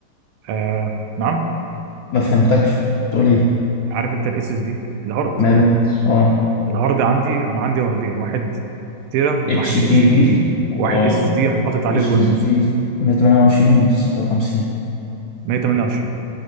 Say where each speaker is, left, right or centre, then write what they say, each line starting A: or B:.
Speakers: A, on the right; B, on the left.
A: آه نعم
B: مفهمتكش بتقول إيه
A: عارف انت الاس اس دي الهارد
B: ماله اه
A: الهارد عندي انا عندي هاردين واحد تيرا
B: اتش
A: واحد
B: دي
A: اتش
B: دي
A: دي دي واحد
B: اه
A: اس اس دي حاطط عليه
B: اس
A: الويندوز
B: اس دي 128 من 56
A: 128